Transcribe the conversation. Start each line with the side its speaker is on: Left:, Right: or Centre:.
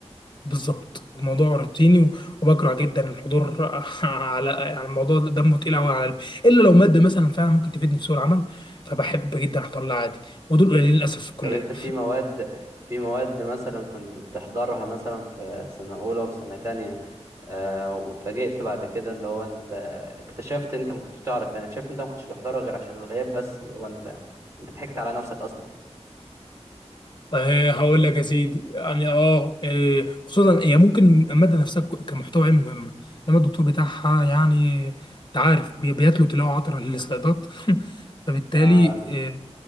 Left: بالظبط الموضوع روتيني و- وبكره جدا الحضور <laughs> على يعني الموضوع ده دمه تقيل قوي على قلبي الا لو ماده مثلا فعلا ممكن تفيدني في سوق العمل فبحب جدا احضر لها عادي ودول قليلين للاسف في الكليه
Right: طب انت في مواد في مواد مثلا كنت بتحضرها مثلا في سنة أولى وفي سنة تانية آه واتفاجئت بعد كده اللي هو انت اكتشفت انت ما كنتش تعرف يعني اكتشفت انت ما كنتش بتحضرها غير عشان الغياب بس اللي هو انت انت ضحكت على نفسك اصلا
Left: آه، هقول لك يا سيدي يعني اه آه، خصوصا هي ممكن الماده نفسها ك- كمحتوى علمي مهمه انما الدكتور بتاعها يعني انت عارف بي- بيتلو تلاوه عطره للسلايدات <laughs> فبالتالي
Right: آه
Left: آه،